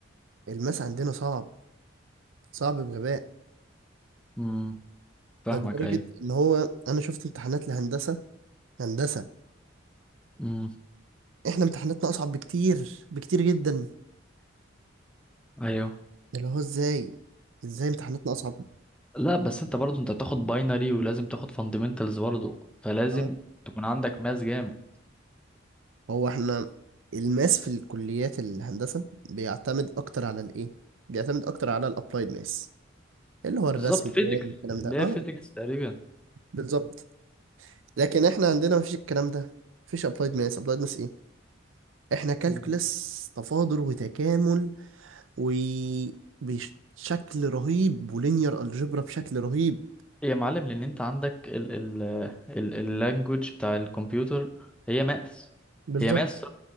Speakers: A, on the right (about 75°); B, in the centre.
A: الماس عندنا صعب صعب بغباء
B: امم فاهمك
A: ده لدرجة
B: ايوه
A: إن هو أنا شفت امتحانات لهندسة هندسة
B: امم
A: إحنا امتحاناتنا أصعب بكتير بكتير جدا
B: ايوه
A: اللي هو إزاي إزاي امتحاناتنا أصعب
B: لا بس انت برضه انت بتاخد باينري ولازم تاخد فاندمنتالز برضه فلازم
A: أه
B: تكون عندك ماس جامد
A: هو إحنا الماس في الكليات الهندسة بيعتمد أكتر على الإيه بيعتمد أكتر على الأبلايد ماس اللي هو الرسم
B: بالظبط
A: البياني
B: فيزيكس
A: والكلام
B: اللي
A: ده
B: هي
A: أه
B: فيزيكس تقريبا
A: بالظبط لكن إحنا عندنا مفيش الكلام ده مفيش أبلايد ماس أبلايد ماس إيه إحنا كالكولس
B: مم.
A: تفاضل وتكامل وبشكل رهيب ولينير الجبرا بشكل رهيب
B: يا معلم لان انت عندك ال ال ال اللانجوج بتاع الكمبيوتر هي ماس
A: بالظبط
B: هي ماس